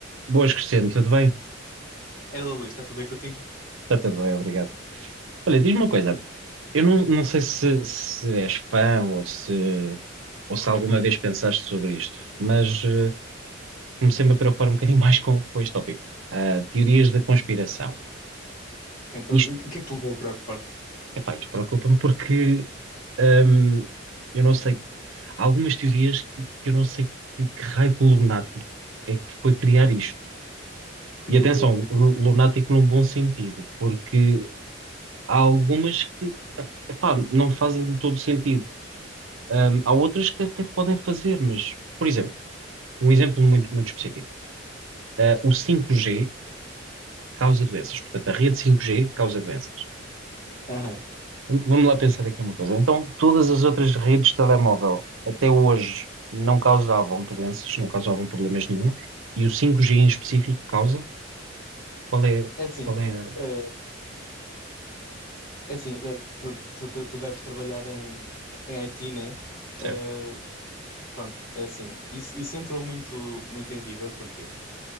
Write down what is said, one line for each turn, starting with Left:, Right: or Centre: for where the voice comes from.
Right: Boas, Cristiano, tudo bem?
Left: Ela, Luís, está tudo bem contigo?
Right: Está tudo bem, obrigado. Olha, diz-me uma coisa, eu não, não sei se, se és fã ou se, ou se alguma vez pensaste sobre isto, mas eh, comecei-me a preocupar um bocadinho <laughs> mais com, com este tópico. Ah, teorias da conspiração.
Left: Então, o
Right: Isto,
Left: que é que te levou a preocupar?
Right: epá, isto preocupa-me porque ahm, eu não sei, há algumas teorias que, que eu não sei que, que raio de lunático é que foi criar isto.
Left: Tipo
Right: E atenção,
Left: o quê?
Right: lu- lunático num bom sentido, porque Há algumas que, epá, não fazem de todo sentido. Ahm, há outras que até podem fazer, mas, por exemplo, um exemplo muito, muito específico. Ah, o 5G causa doenças. Portanto, a rede 5G causa doenças.
Left: Aham.
Right: V- Vamos lá pensar aqui uma coisa. Então, todas as outras redes de telemóvel até hoje não causavam doenças, não causavam problemas nenhuns. E o 5G em específico causa? Qual é,
Left: É assim,
Right: qual é a-
Left: eh, é assim, eh, tu, tu, tu, tu deves trabalhar em, em IT, né?
Right: Certo,
Left: Eh, pronto, é assim. Isso, isso entrou muito, muito em vigor, porquê?